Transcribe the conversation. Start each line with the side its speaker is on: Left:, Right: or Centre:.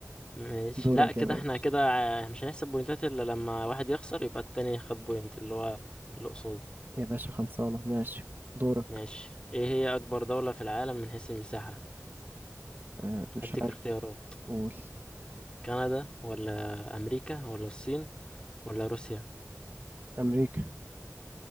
Left: ماشي
Right: دورك
Left: لا كده
Right: يا باشا
Left: احنا كده ع- مش هنحسب بوينتات الا لما واحد يخسر يبقى التاني خد بوينت اللي هو اللي قصاده
Right: يا باشا خلصانة ماشي دورك
Left: ماشي ايه هي اكبر دولة في العالم من حيث المساحة
Right: آه مش
Left: هديك
Right: عارف
Left: اختيارات
Right: قول
Left: كندا ولا امريكا ولا الصين ولا روسيا
Right: أمريكا